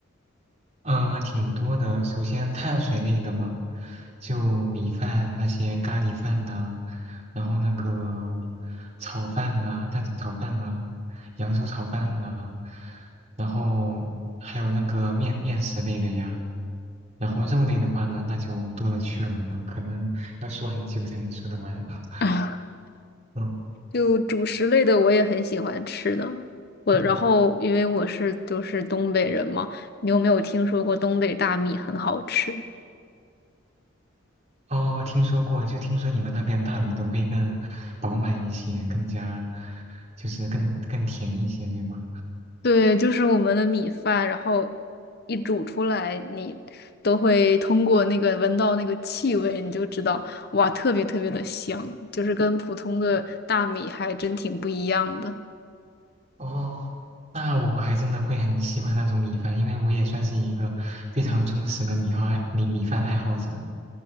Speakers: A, on the right; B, on the left.
A: 嗯、呃挺多的。首先碳水类的嘛，就米饭那些咖喱饭呐、然后那个炒饭啊、蛋炒饭啊、扬州炒饭啊，然后还有那个面面食类的呀。然后肉类的话呢，那就多了去了，可能要说很久才能说得完。<laughs>
B: <laughs>
A: 嗯
B: 就主食类的我也很喜欢吃的。我然后因为我是就是东北人嘛，
A: 嗯，
B: 你有没有听说过东北大米很好吃？
A: 哦，听说过，就听说你们那边大米都会更饱满一些，更加就是更更甜一些，对吧？
B: 对，就是我们的米饭，然后一煮出来，你都会通过那个闻到那个气味，你就知道哇，特别特别的香，就是跟普通的大米还真挺不一样的。
A: 哦，那我还真的会很喜欢那种米饭，因为我也算是一个非常忠实的米好爱米米饭爱好者。